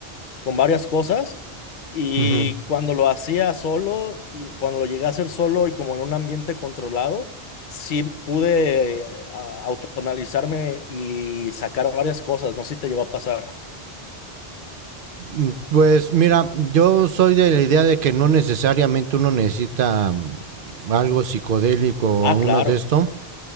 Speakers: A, on the left; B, on the right.
A: con varias cosas y
B: ujú.
A: cuando lo hacía solo, y cuando lo llegué a hacer solo y como en un ambiente controlado, sí pude eh, a- autoanalizarme y sacar varias cosas. No sé si te llegó a pasar.
B: Mm, Pues mira, yo soy de la idea de que no necesariamente uno necesita mm, algo psicodélico o
A: Ah,
B: uno
A: claro.
B: de esto